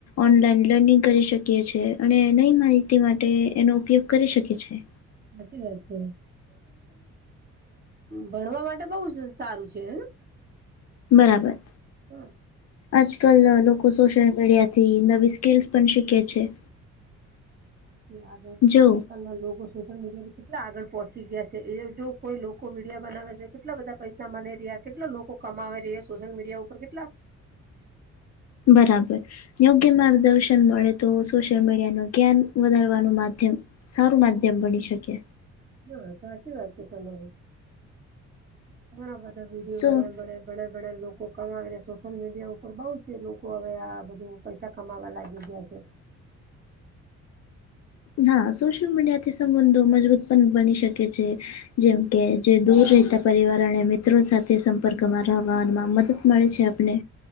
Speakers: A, on the left; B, on the right.
A: ઓનલાઈન લર્નિંગ કરી શકીએ છીએ, અને નવી માહિતી માટે એનો ઉપયોગ કરી શકીએ છીએ.
B: સાચી વાત છે, ભણવા માટે તો બહુ જ સારું છે.
A: બરાબર....
B: હમ..
A: આજકાલ લોકો સોશિયલ મીડિયાથી નવી સ્કિલ્સ પણ શીખે છે.
B: હા, આજકાલના
A: જો
B: લોકો.... હા, સોશિયલ મીડિયાથી કેટલા આગળ પહોંચી ગયા છે. એવું જે કોઈ લોકો વિડીયો બનાવે છે. કેટલા બધા પૈસા આગળ પહોંચી ગયા છે. અમારે ત્યાં કેટલાં લોકો કમાઈ રહ્યા છે. સોશિયલ મીડિયા પર કેટલા...
A: બરાબર.. યોગ્ય માર્ગદર્શન મળે તો સોશિયલ મીડિયા નુ કેમ વધારવા નું માધ્યમ.... સારું માધ્યમ બની શકે.
B: હા, સાચી વાત છે. તમારી ઘણા બધા વિડિયો
A: સો
B: બને છે. હા, ઘણા બધા લોકો કમાઈને સોશિયલ મીડિયા પર હવે આ બધું પૈસા કમાવવા લાગી ગયા છે.
A: હા, સોશિયલ મીડિયાથી સંબંધો મજબૂત પણ બની શકે છે, જેમ કે, જે દૂર રહેતા પરિવાર અને મિત્રો સાથે સંપર્કમાં રહેવામાં મદદ મળે છે.